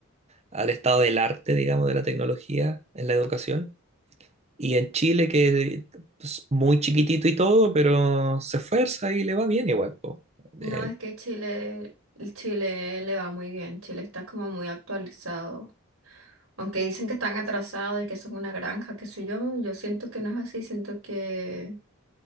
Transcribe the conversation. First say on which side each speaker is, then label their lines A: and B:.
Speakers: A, on the right; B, on the right.
A: al estado del arte, digamos, de la tecnología en la educación. Y en Chile, que es muy chiquitito y todo, pero se esfuerza y le va bien igual, po.
B: No,
A: Eh,
B: es que Chile, el Chile le va muy bien, Chile está como muy actualizado. Aunque dicen que están atrasados y que son una granja, que soy yo, yo siento que no es así, siento que